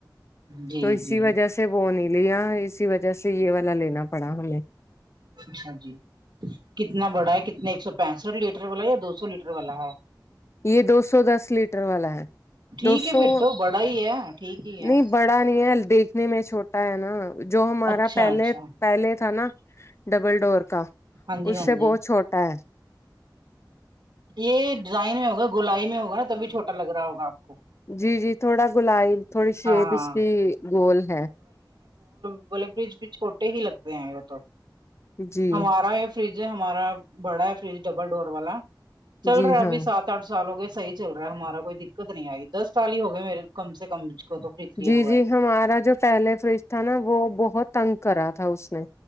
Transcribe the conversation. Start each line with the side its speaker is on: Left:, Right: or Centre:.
Right: جی
Left: تو اسی
Right: جی
Left: وجہ سے وہ نہیں لیا اسی وجہ سے یہ والا لینا پڑا ہمیں
Right: اچھا جی کتنا بڑا ہے کتنا ایک سو پینسٹھ لیٹر والا یا دو سو لیٹر والا ہے
Left: یہ دو سو دس لیٹر والا ہے
Right: ٹھیک
Left: دو
Right: ہے
Left: سو
Right: پھر تو بڑا ہی ہے ٹھیک ہی ہے
Left: نہیں بڑا نہیں ہے دیکھنے میں چھوٹا ہے نا جو ہمارا
Right: اچھا
Left: پہلے
Right: اچھا
Left: پہلے تھا نا ڈبل ڈور کا
Right: ہاں جی
Left: اس
Right: ہاں
Left: سے
Right: جی
Left: بہت چھوٹا ہے
Right: یہ ڈیزائن میں ہوگا گلائی میں ہوگا نا تبھی چھوٹا لگ رہا ہوگا آپ کو
Left: جی جی تھوڑا گلائ تھوڑی شیپ
Right: ہاں
Left: اس کی گول ہے
Right: گ برج بھی چھوٹے ہی لگتے ہیں وہ تو
Left: جی
Right: ہمارا یہ فریج ہمارا بڑا ہے فریج ڈبل ڈور والا چل
Left: جی
Right: رہا ہے ابھی
Left: ہاں
Right: سات آٹھ سال ہو گئے صحی چل رہا ہے ہمارا کوئی دقت نہیں آئی دس سال ہی ہو گئے میرے کم سے کم کو تو فریج لیے
Left: جی
Right: ہوا
Left: جی ہمارا جو پہلے فریج تھا نا وہ بہت تنگ کرا تھا اس نے